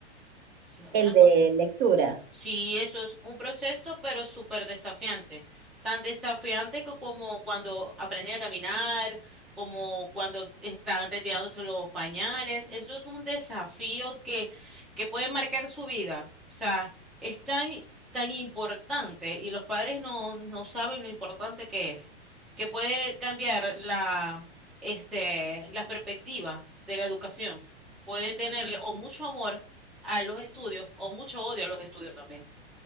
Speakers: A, in the centre; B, on the right.
A: O sea, una
B: El de
A: cosa
B: lectura.
A: Sí, eso es un proceso, pero súper desafiante. Tan desafiante que como cuando aprenden a caminar, como cuando están retirándose los pañales. Eso es un desafío que, que puede marcar su vida. O sea, es tan, tan importante y los padres no, no saben lo importante que es, que puede cambiar la, este, la perspectiva de la educación. Pueden tenerle o mucho amor a los estudios o mucho odio a los estudios también.